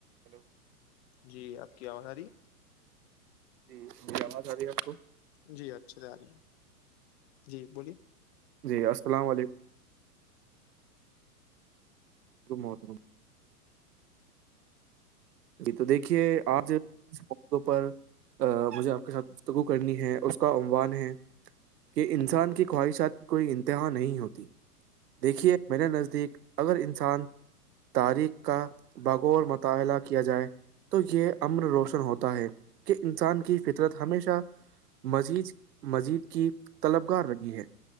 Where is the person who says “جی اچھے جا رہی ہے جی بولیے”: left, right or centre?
Left